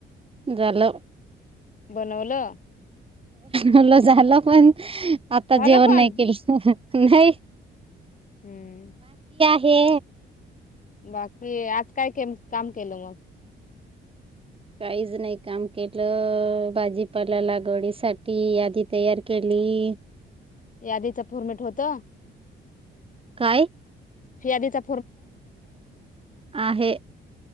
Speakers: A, on the right; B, on the left.
A: झाल
B: बनवलं
A: नल झालं पण आता
B: झालं
A: जेवण
B: पण
A: नाही केलं ह नाही
B: हम्म
A: हे
B: बाकी आज काय के काम केलं मग
A: काहीच नाही काम केलं भाजीपाला लागवडी सा आधी तयार केली अ
B: यादीच फर्मेट होत
A: काय
B: ह आदीचा
A: आहे